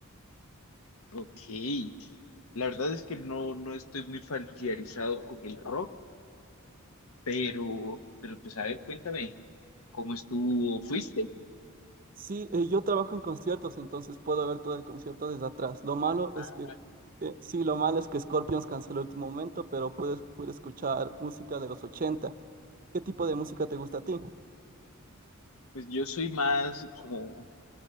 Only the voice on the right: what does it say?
Sí, eh, yo trabajo en conciertos, entonces puedo ver todo el concierto desde atrás. Lo malo
es que, eh, sí, lo malo es que Scorpions canceló el último momento, pero puedes, puedes escuchar música de los 80. ¿Qué tipo de música te gusta a ti?